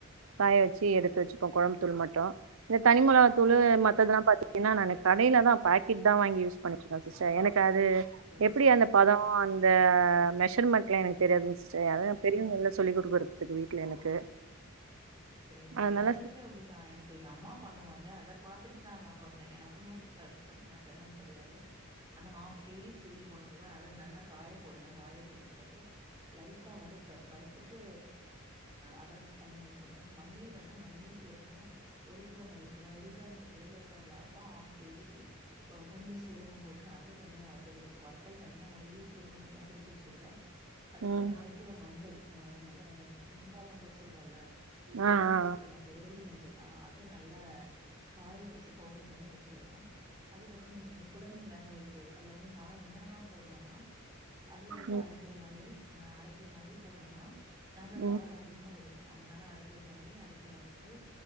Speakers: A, on the right; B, on the right.
A: காய வெச்சி எடுத்து வெச்சுப்போ கொழம்பு தூள் மட்டு இந்த தனி மொளவா தூளு மத்ததெல்லா பாத்தீங்கன்னா நானு கடையில தா பாக்கெட் தா வாங்கி யூஸ் பண்ணிட்டுருக்கோ சிஸ்டர் எனக் கு அது
B: சரி
A: எப்பிடி
B: சரி
A: அந்த பதோ அந்த மெஷர்மெண்ட்லா எனக் தெரியாது சிஸ்டர் யாராவது பெரியவங்க இல்ல சொல்லி் குடுக்கறதுக்கு வீட்ல எனக்கு
B: செரிங் இப்ப
A: அதனால
B: எல்லாத்துக்குமே அப்டித்தா எனக்கு எங்க அம்மா பண்ணுவாங் வாங்க அத பாத்துட்டு தா நா பண்றே எனக்குமே சுத்த மெஷர்மெண்ட் தெரியாது. ஆனா ஹாப் கேஜி சில்லி வாங்குவே அத நன்னா காய போடுவே காய போட்டதுக்கு அப்புறோ லைட்டா வரு ப்ப வறுத்துட்டு அத தண்ணிய வச்சு ச்சுருவே மல்லி வந்து மல்லி சீரகுமு ஒரு கிலோ மல்லிக்கனா ஒரு கிலோ நமக்கு தேவ இருக்காதல்ல அப்போ கேஜிக்கி போ கொஞ்சோ சீரகம் போட்டு அதையு தனியா வறுத்தேடுத்துட்டு இப்போ வத்தல் தனியா மல்லி சீரகோ தனியா திரிச்சி வச்சிகிடுவே அதே
A: ம்
B: மாரி அரை கிலோ மஞ்சள் ம மு முண்டா மஞ்சள் சொல்லுவோல கொழம்புக்கு
A: ஆ ஆ
B: ஊத்துற மஞ்சள் விரளி மஞ்சள் ஆ அத நல்லா காய வெச்சு பவுடர் பண்ணி வச்சிகிடணு அதுக்கப்புறோ நீங்க சொன்னீங்க குழம்பு மெளகாய் தூள் அதுல வந்து நா என்னெல்லா போடுவேன்னா அதுல வந்து
A: ம்
B: அர கிலோ மல்லி அ அர கிலோ மல்லி போட்டோனா நாங்க
A: ம்
B: காரோ அதிகமா எடுப்போ அதனால அர கிலோ மல்லி அரை கிலோ வத்தல்